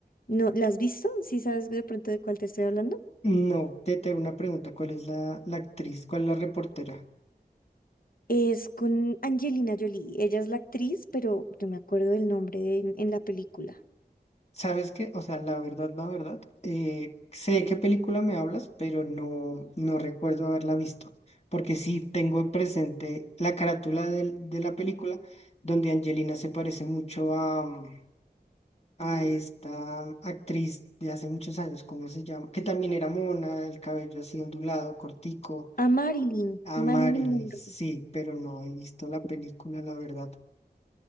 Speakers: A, on the left (about 60°); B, on the left (about 40°).
A: ¿No, la has visto? ¿Sí sabes de pronto de cuál te estoy hablando?
B: No, te tengo una pregunta, ¿cuál es la, la actriz? ¿Cuál es la reportera?
A: Es con Angelina Jolie. Ella es la actriz, pero no me acuerdo del nombre de- en la película.
B: ¿Sabes qué? O sea, la verdad, la verdad, eh, sé de qué película me hablas, pero no, no recuerdo haberla visto, porque sí tengo presente la carátula del- de, la película donde Angelina se parece mucho a, mm, a esta actriz de hace muchos años, ¿cómo se llama? Que también era mona, el cabello así ondulado, cortico,
A: A Marilyn,
B: a
A: Marilyn
B: Marilyn,
A: Monroe.
B: sí, pero no he visto la película, la verdad.